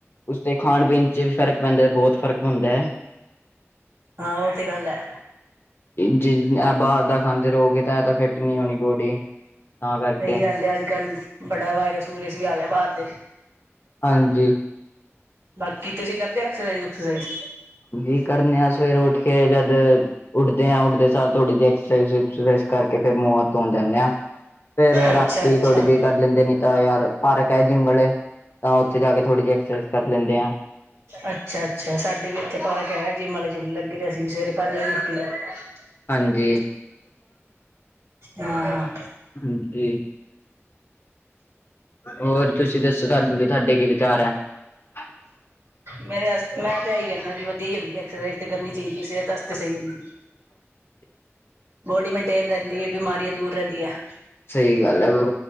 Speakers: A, on the left; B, on the right.
A: ਉਸਦੇ ਖਾਣ- ਪੀਣ ਚ' ਵੀ ਫ਼ਰਕ ਪੈਂਦਾ ਬਹੁਤ ਫ਼ਰਕ ਪੈਂਦਾ ਹੈ।
B: ਹਾਂ, ਉਹ ਤੇ ਗੱਲ ਹੈ।
A: ਜੇ ਬਾਹਰ ਦਾ ਖਾਂਦੇ ਰਹੋਗੇ ਤਾਂ ਇਹ ਤਾਂ ਫਿੱਟ ਨਹੀਂ ਹੋਣੀ ਬੋਡੀ। ਤਾਂ ਕਰਕੇ
B: ਸਹੀ ਗੱਲ ਹੈ ਅੱਜ ਕੱਲ੍ਹ, ਬੜਾ ਵਾਇਰਸ- ਵੂਰਸ ਵੀ ਆ ਗਿਆ ਬਾਰ ਤੇ।
A: ਹਾਂਜੀ।
B: ਬਾਕੀ ਤੁਸੀਂ ਕਰਦੇ ਐਕਸਰਸਾਈਜ਼ ਕਸਰਸਾਈਜ਼।
A: ਜੀ ਕਰਨੇ ਆ ਸਵੇਰੇ ਉੱਠ ਕੇ ਜਦ ਉੱਠਦੇ ਆਂ ਉੱਡਦੇ ਸ ਥੋੜੀ ਜਿਹੀ ਐਕਸ ਕਰਕੇ ਫਿਰ ਮੁੰਹੱ ਧੋ ਜਾਂਦੇ ਹਾਂ। ਫੇਰ ਰਾਤੀ
B: ਅੱਛਾ ਅੱਛਾ
A: ਥੋੜ੍ਹੀ ਜਹੀ ਕਰ ਲੈਂਦੇ ਨੀ ਤਾਂ ਯਾਰ ਪਾਰਕ ਹੈ ਜਿੰਮ ਵਾਲੇ। ਤਾਂ ਉੱਥੇ ਜਾ ਥੋੜੀ ਜਿ ਐਕਸਾਈਜ਼ ਕਰ ਲੈਂਦੇ।
B: ਅੱਛਾ- ਅੱਛਾ ਸਾਡੇ ਵੀ ਇੱਥੇ ਫਾਰਕ ਹੈ ਜਿੰਮ ਵਾਲੇ। ਜੁੱਲ ਲੱਗੀ ਤੇਸੀਂ ਵੀ ਸਵੇਰੇ ਪੇਲਿਆ ਉੱਠ ਆ।
A: ਹਾਂਜੀ-
B: ਹਾਂ ਹਾਂ
A: ਹਾਂਜੀ। ਹੋਰ ਤੁਸੀਂ ਦੱਸੋ, ਤੁਹਾਾਨੂੰ ਤੁਹਾਡੇ ਕੀ ਵਿਚਾਰ ਹੈ? <inaudible>
B: ਮੇਰੇ ਮੈਂ ਤਾਂ ਇਹੀ ਕਹਿੰਦਾ ਜ ਵਦੀਆ ਹੁੰਦੀ ਐਕਸਰਸਾਈਜ਼ ਤੇ ਕਰਨੀ ਚਾਹੀਦੀ ਸਿਹਤ ਵਾਸਤੇ ਸਹੀ ਹੁੰਦੀ।
A: ਹਾਂ <inaudible>
B: ਬੋਡੀ ਮੇਨਟੇਨ ਰਹਿੰਦੀ ਹੈ ਬਿਮਾਰੀਆਂ ਦੂਰ ਰਹਿੰਦੀ ਹੈ।
A: ਸਹੀ ਗੱਲ ਹੈ। ਬ